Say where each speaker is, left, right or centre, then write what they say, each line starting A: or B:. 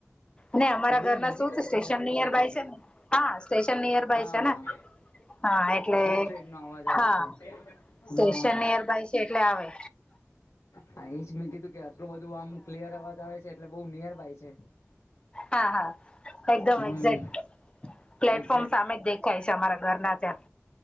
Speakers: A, on the left; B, on the left.
A: ને અમારા
B: એટલે બહુ
A: ઘરના
B: નજીક
A: શું છે
B: લાગે
A: સ્ટેશન
B: તો તો
A: નિયર
B: પછી
A: બાય છે ને હા સ્ટેશન નિયર
B: હા
A: બાય છે ને. હા એટલે
B: જ ટ્રેન નો અવાજ આવે
A: હા.
B: છે
A: સ્ટેશન
B: હા
A: નિયરબાય છે એટલે આવે.
B: હા એ જ મેં કીધું કે આટલું બધું આમ ક્લિયર અવાજ આવે છે એટલે બઉ નિયર બાય છે.
A: હા હા, એકદમ
B: હમ
A: એક્ઝેક્ટ પ્લેટફોર્મ
B: એક્ઝેક્ટ
A: સામે જ દેખાય છે અમારા ઘરના ત્યાં